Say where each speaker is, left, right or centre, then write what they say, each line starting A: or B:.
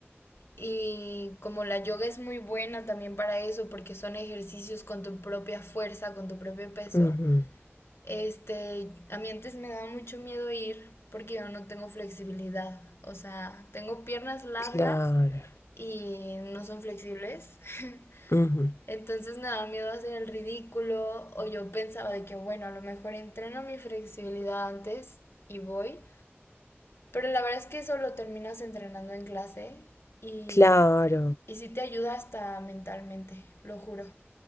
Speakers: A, on the left; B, on the left.
A: Y como la yoga es muy buena también para eso, porque son ejercicios con tu propia fuerza, con tu propio peso,
B: ujú,
A: este, a mí antes me daba mucho miedo ir porque yo no tengo flexibilidad. O sea, tengo piernas largas
B: Claro.
A: y no son flexibles. <laughs>
B: ujú,
A: Entonces me daba miedo hacer el ridículo o yo pensaba de que, bueno, a lo mejor entreno mi flexibilidad antes y voy. Pero la verdad es que eso lo terminas entrenando en clase y,
B: Claro.
A: y sí te ayuda hasta mentalmente, lo juro.